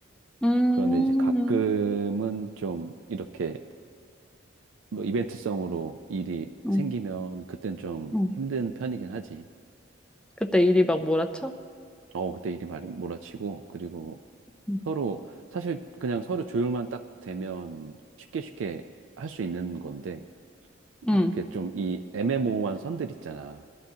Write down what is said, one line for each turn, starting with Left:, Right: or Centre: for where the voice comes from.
Centre: 음,
Right: 그런데 이제 가끔은 좀 이렇게 뭐 이벤트성으로 일이
Centre: 응,
Right: 생기면 그땐 좀
Centre: 응.
Right: 힘든 편이긴 하지.
Centre: 그때 일이 막 몰아쳐?
Right: 어, 그때 일이 많이 몰아치고 그리고
Centre: 응,
Right: 서로 사실 그냥 서로 조율만 딱 되면 쉽게 쉽게 할 수 있는 건데
Centre: 응,
Right: 그렇게 좀 이 애매모호한 선들 있잖아.